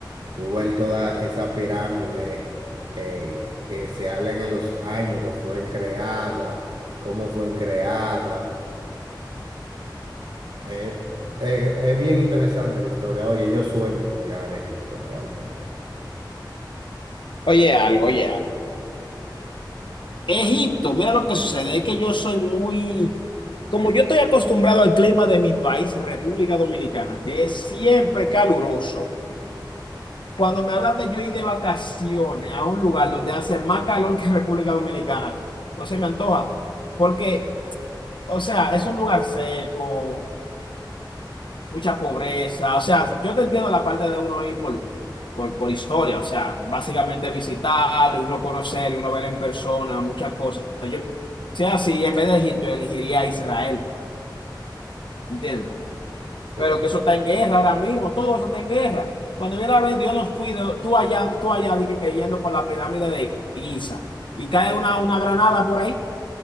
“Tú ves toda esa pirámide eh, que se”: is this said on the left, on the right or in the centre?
Right